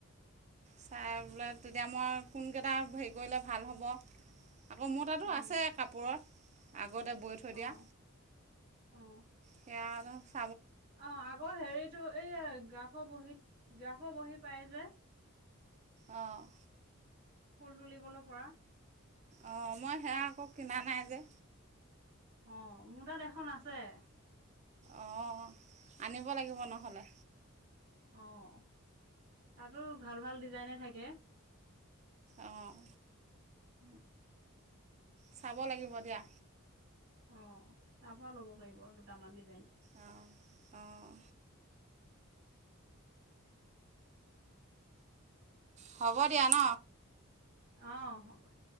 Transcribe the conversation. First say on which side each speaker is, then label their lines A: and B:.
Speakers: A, on the right; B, on the right.
A: চাই বোলে তেতিয়া মই কোনকেইটা হেৰি কৰিলে ভাল হ'ব। আকৌ মোৰ তাতো
B: উম।
A: আছে কাপোৰত। আগতে বৈ থৈ
B: অ'
A: দিয়া।
B: অ'
A: সেয়া অফ <unintelligible>
B: অ আগৰ হেৰিটো এই গ্ৰাফৰ বহী গ্ৰাফৰ বহি পায় যে
A: অ'
B: ফুল তুলিব পৰা
A: অ' মই সেয়া আকৌ কিনা নাই যে
B: অ মোৰ তাত দেখ খন আছে
A: অ' আনিব লাগিব নহ'লে।
B: অ' তাতো ভাল-ভাল ডিজাইনে থাকে।
A: আহ
B: <inaudible>
A: চাব লাগিব দিয়া
B: অ' তাৰ পৰা ল'ব পাৰিব দুটামান ডিজাইন। <inaudible>
A: অঁ অঁ হ'ব দিয়া ন?
B: আহ হ'ব দি